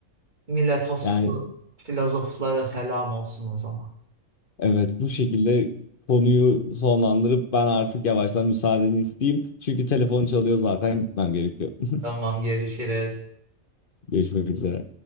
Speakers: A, on the right; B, on the left.
A: Miletoslu
B: Yani
A: filozoflara selam olsun o zaman.
B: evet bu şekilde konuyu sonlandırıp ben artık yavaştan müsaadeni isteyeyim. Çünkü telefon çalıyor zaten gitmem gerekiyor. <laughs>
A: Tamam görüşürüz.
B: Görüşmek üzere.